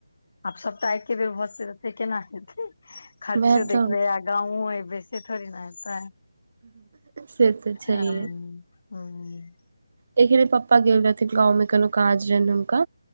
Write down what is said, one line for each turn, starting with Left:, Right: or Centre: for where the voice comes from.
Left: आब सब तऽ एके बेर भऽ जेतय तऽ केना हेतै। खर्चो
Right: वएह
Left: देखबे
Right: तऽ
Left: आ गाँंवो ऐबय से थोड़ी नऽ हैतै।
Right: से तऽ छैहे
Left: हँ हूँ।
Right: एखने पप्पा गेल रहथिन गांव मे, कोनो काज रहैन हुनका,